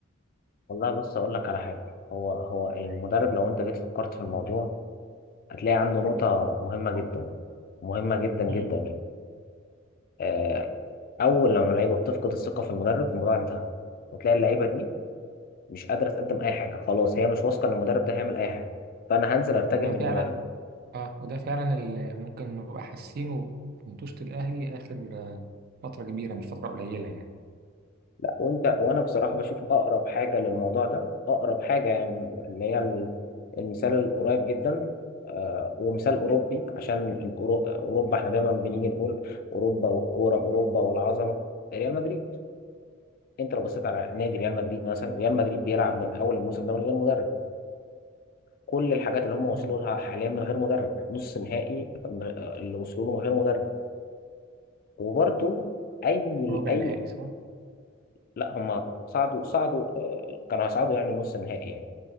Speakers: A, on the left; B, on the right.
A: والله بص اقول لك على حاجه هو هو المدرب لو انت جيت فكرت في الموضوع هتلاقي عنده نقطه مهمه جدا مهمه جدا جدا
B: امم
A: يعني آه، اول لما اللعيبه بتفقد الثقه في المدرب الموضوع انتهى وتلاقي اللعيبه دي مش قادره تقدم اي حاجه خلاص هي مش واثقه ان المدرب ده هيعمل اي حاجه فانا هنزل ارتجل
B: وده
A: من
B: فعلا
A: دماغي
B: اه وده فعلا اللي ممكن نبقى حاسينه في مطوشة الاهلي اخر آه، فتره كبيره مش فتره قليله يعني
A: لا وانت وانا بصراحه بشوف اقرب حاجه للموضوع ده اقرب حاجه يعني اللي هي ال- المثال القريب جدا آه، ومثال اوروبي عشان الأورو- اوروبا احنا دايما بنيجي نقول اوروبا والكوره اوروبا والعظمه ريال مدريد انت لو بصيت على نادي ريال مدريد مثلا ريال مدريد بيلعب من اول الموسم ده من غير مدرب كل الحاجات اللي هم وصلوا
B: امم
A: لها حاليا من غير مدرب نص نهائي من- اللي وصلوا له من غير مدرب وبرضو اي
B: ربع
A: اي
B: نهائي صح؟
A: لا هم صعدوا صعدوا آه، كانوا هيصعدوا يعني نص نهائي يعني